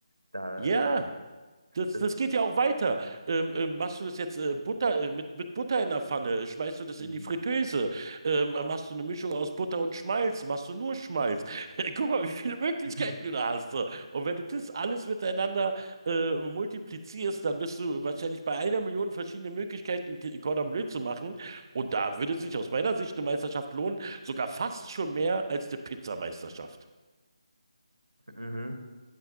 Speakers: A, on the right (about 80°); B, on the right (about 40°).
A: Da,
B: Ja. Das,
A: das,
B: das geht ja auch weiter. Ähm, ähm, machst du das jetzt äh, Butter, äh, mit, mit Butter in der Pfanne? Schmeißt du das
A: mhm.
B: in die Fritteuse? Ähm, machst du eine Mischung aus Butter und Schmalz? Machst du nur Schmalz? <laughs> Guck mal, wie viele Möglichkeiten
A: Mhm.
B: du da hast. So. Und wenn du das alles miteinander äh, multiplizierst, dann bist du wahrscheinlich bei einer Million verschiedene Möglichkeiten, T- Cordon Bleu zu machen. Und da würde sich aus meiner Sicht eine Meisterschaft lohnen, sogar fast schon mehr als eine Pizzameisterschaft.
A: Mhm.